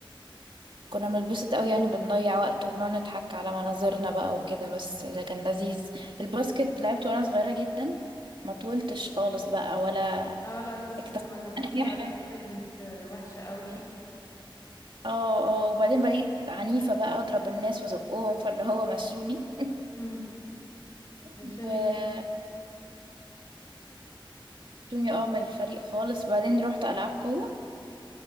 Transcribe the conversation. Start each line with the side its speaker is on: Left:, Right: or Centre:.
Right: فكنا بنتبسط قوي يعني بنضيع وقت وبنقعد نضحك على مناظرنا بقى وكده بس ده كان لذيذ الباسكت لعبته وأنا صغيرة جدا ما طولتش خالص بقى ولا
Left: اه لا الباسكت
Right: اكتشفت
Left: انا جربتها
Right: ان هي
Left: قبل
Right: <laughs> حاجه
Left: كده كانت آه، وحشه قوي
Right: اه اه وبعدين بقيت عنيفه بقى اضرب الناس وازقهم فاللي هو مشوني
Left: <laughs>
Right: <laughs>
Left: نشوني
Right: ومشوني
Left: من-
Right: اه من الفريق خالص بعدين رحت العاب قوه